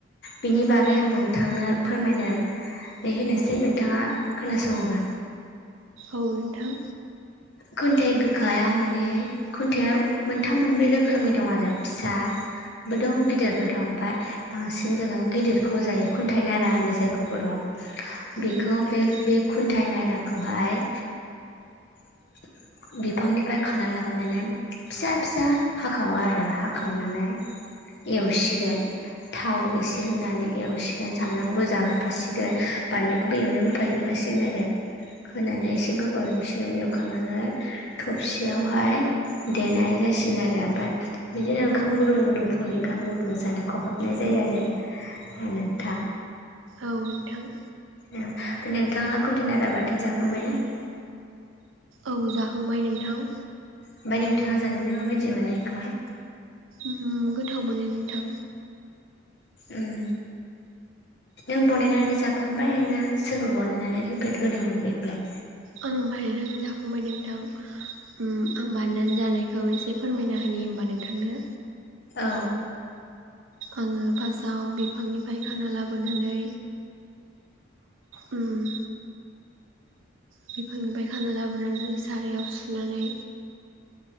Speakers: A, on the left (about 55°); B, on the right (about 80°).
A: बिनि बागै
B: औ नोंथां
A: आं मोननो थांनो फोरमायनो बे होनोसै नोंथाङा खोनासङोबा
B: औ नोंथां
A: खुन्थाइ गोखाया माने खुन्थाइआ मोनथाम मोनब्रै रोखोमनि दं आरो फिसा बो दं गिदिरबो दं ओमफफ्राय बांसिन जोङो गिदिरखौ जायो खुन्थाइ नारा होनो जायखौ बर'आ
B: उम
A: बेखौ
B: नोंथां
A: बे बे खुन्थाइ नाराखौहाय <inaudible> बिफांनिफ्राय खाना लाबोनानै फिसा फिसा हाखावो आरो हाखावनानै एवसिगोन थाव एसे होनानै एवसिगोन सामब्राम गोजा होफासिगोन बानलुखौबो एवनायाव होफाजोबफासिगोन सिगोन आरो खोनानायाव एसे गोबाव सिगोन सुखांनानै थबसियावहाय देनाय जासिगोन आरो ओमफ्राय बिदिनो ओंखाम गुदुं गुदुं फुन ओंखाम गुदुं जानो खहाबनाय जायो आरो नोंथां।
B: औ नोंथां।
A: औ ओमफ्राय नोंथाङा कुन्टेनारा बाथोन जाखांबाय ना?
B: औ जाखांबाय नोंथां।
A: ओमफ्राय नोंथाङा जानानै माबायदि मोनो बेखौहाय?
B: ओम गोथाव मोनो नोंथां।
A: उम। नों बानायनानै जाखांबाय ना सोरबा बानायनानै होफेद होदोंमोन बेखौलाय?
B: आं बानायनानै जाखांबाय नोंथां। ओम आं बानायनानै जानायखौ एसे फोरमायना होनि होमबा नोंथांनो।
A: औ।
B: आङो फार्स्टआव बिफांनिफ्राय खाना लाबोनानै ओम बिफांनिफ्राय खाना लाबोनानै सारायाव सुनानै